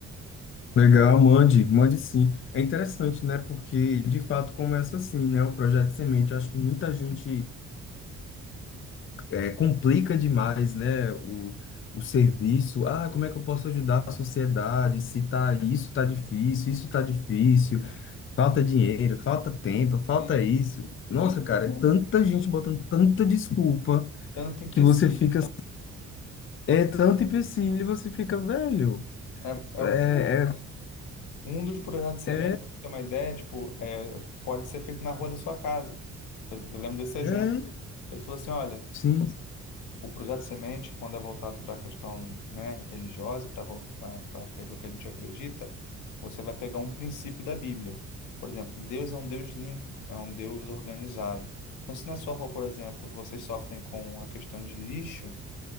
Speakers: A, on the left; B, on the left.
A: Legal, mande, mande sim. É interessante, né? Porque de fato começa assim, né? O projeto Semente. Eu acho que muita gente é, complica demais, né, o, o serviço. Ah, como é que eu posso ajudar a sociedade? Se tá, isso tá difícil, isso tá difícil, falta dinheiro, falta tempo, falta
B: Sim.
A: isso. Nossa, cara, é tanta gente botando tanta desculpa
B: Tanto empecilho,
A: que você fica. É tanto empecilho, e você fica velho.
B: é,
A: É,
B: é o pouco. Um dos projetos de semente,
A: é,
B: para você ter uma ideia, tipo, é, pode ser feito na rua da sua casa. Eu, eu lembro desse exemplo.
A: é,
B: Ele falou assim, olha,
A: sim,
B: o projeto de semente, quando é voltado para a questão, né, religiosa, para para aquilo que a gente acredita, você vai pegar um princípio da Bíblia. Por exemplo, Deus é um Deus limpo, é um Deus organizado. Então, se na sua rua, por exemplo, vocês sofrem com a questão de lixo,